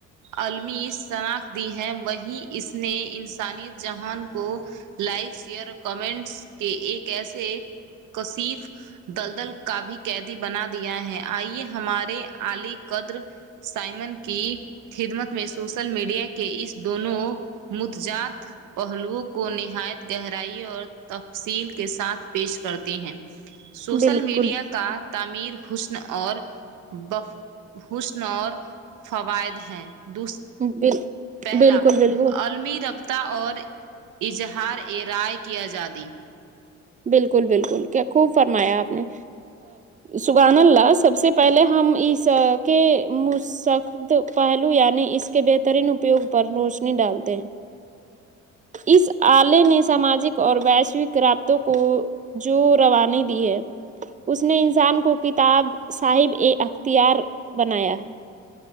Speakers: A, on the right; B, on the right.
A: علمی شناخت دی ہے وہی اس نے انسانیت جہان کو لائک شیئر اور کمنٹس کے ایک ایسے کشف دلدل کو کا بھی قیدی بنا دیا ہے آئیے ہمارے علی قدر سائمن کی خدمت میں سوشل میڈیا کے اس دونوں متجات پہلوؤں کو نہایت گہرائی اور تفصیل کے ساتھ پیش کرتے ہیں سوشل
B: بالکل
A: میڈیا کا تعمیر حسن اور بف حسن اور فوائد ہیں دو
B: بل
A: پہلا
B: بالکل بالکل
A: علمی رابطہ اور اظہار ا رائے کیا جادی
B: بالکل بالکل کیا خوب فرمایا آپ نے سبحان اللہ سب سے پہلے ہم اس س کے مسخ ش پہلو یعنی اس کے بہترین اپیوگ پر روشنی ڈالتے ہیں اس آلے نے ساماجک اور ویشوک راب تو کو جو روانے دی ہے اس نے انسان کو کتاب صاحب اے اختیار بنایا ہے